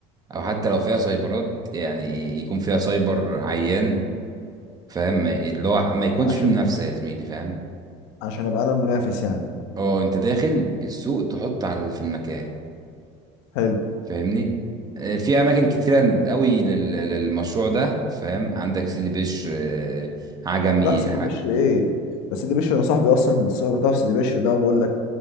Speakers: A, on the right; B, on the left.
A: او حتى لو فيها سايبرات يعني يكون فيها سايبر عيان فاهم اللي هو ما يكونش
B: عشان
A: فيه منافسه يا زميلي فاهم
B: عشان ابقى انا المنافس يعني
A: اه انت داخل السوق تحط على اللي في المكان
B: حلو
A: فاهمني آه، في اماكن كتيره قوي لل- للمشروع ده فاهم عندك سيدي بشر آه، عجمي
B: لا سيدي
A: ح-
B: بشر ايه بس سيدي بشر انا صاحبي اصلا الصور بتاع سيدي بشر ده بقول لك